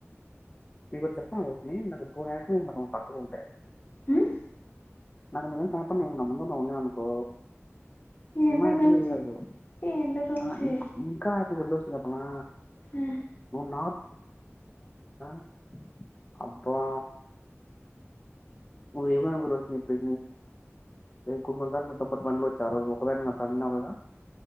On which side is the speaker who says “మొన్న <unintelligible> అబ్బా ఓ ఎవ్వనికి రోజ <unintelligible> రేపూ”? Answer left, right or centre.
Left